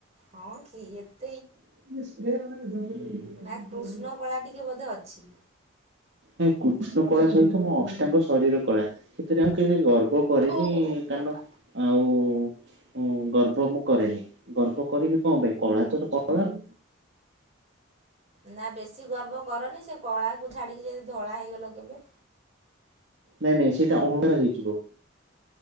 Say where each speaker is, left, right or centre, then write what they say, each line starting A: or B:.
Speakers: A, on the right; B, on the right.
A: ହଁ କି ଏତ୍
B: <unintelligible>
A: ନା କୃଷ୍ଣ କଳା ଟିକେ ବୋଧେ ଅଛି।
B: ନାଇଁ କୃଷ୍ଣ କଳା ସହିତ ମୋ ଅଷ୍ଟାଙ୍ଗ ଶରୀର କଳା ସେଥିରେ ଆଉ କିଛି ଗର୍ବ କରେନି
A: ଓହୋ
B: କାରଣ
A: ବାବା
B: ଆଉ ହଁ ଗର୍ବ ମୁଁ କରେନି ଗର୍ବ କରିବି କଣ ପାଇଁ କଳା ତ କଳା ଆଉ
A: ନା ବେଶୀ ଗର୍ବ କରନି ସେ କଳାକୁ ଛାଡିକି ଯଦି ଧଳା ହେଇଗଲ କେବେ?
B: ନାଇଁ ନାଇଁ ସେଇଟା ଅହଙ୍କାର ହେଇଯିବ।